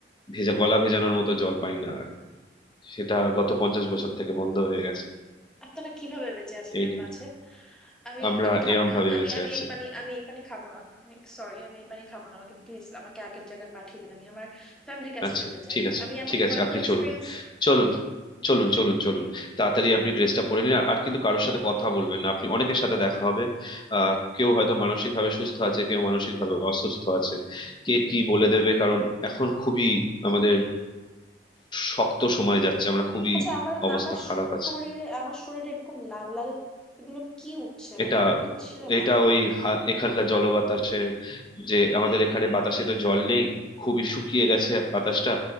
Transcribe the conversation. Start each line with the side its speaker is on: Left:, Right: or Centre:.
Left: ভেজা গলা ভেজানোর মতো জল পাই না আর সেটা গত পঞ্চাশ বছর থেকে বন্ধ হয়ে গেছে
Centre: আপনারা কিভাবে বেঁচে আছেন
Left: এই
Centre: এর
Left: নিন
Centre: মাঝে আমি
Left: আমরা
Centre: আমি খাবো
Left: এরম
Centre: না
Left: ভাবে
Centre: আমি
Left: বেঁচে
Centre: আমি
Left: আছি
Centre: এই পানি আমি এই পানি খাবো না আমি সরি আমি এই পানি খাবো না আমাকে প্লিজ আমাকে আগের জায়গায় পাঠিয়ে দিন আমি আমার ফ্যামিলির কাছে
Left: আচ্ছা
Centre: যেতে চাই
Left: ঠিক আছে
Centre: আমি এমন
Left: ঠিক আছে
Centre: ভয়ঙ্কর
Left: আপনি
Centre: এক্সপিরিয়েন্স
Left: চলুন চলুন চলুন চলুন চলুন তাড়াতাড়ি আপনি ড্রেসটা পরে নিন আর আর কিন্তু কারোর সাথে কথা বলবেন না আপনি অনেকের সাথে দেখা হবে আহ কেউ হয়তো মানসিক ভাবে সুস্থ আছে কেউ মানসিক ভাবে অসুস্থ আছে কে কি বলে দেবে কারণ এখন খুবই আমাদের শক্ত সময় যাচ্ছে আমরা খুবই
Centre: আচ্ছা আমার
Left: অবস্থা
Centre: আমার
Left: খারাপ আছে
Centre: শরীরে আমার শরীরে এরকম লাল লাল এগুলো কি উঠছে মানে
Left: এটা
Centre: এগুলো তো ছিল না
Left: এটা ওই হা- এখানকার জলবাতাসের যে আমাদের এখানে বাতাসে তো জল নেই খুবই শুকিয়ে গেছে বাতাসটা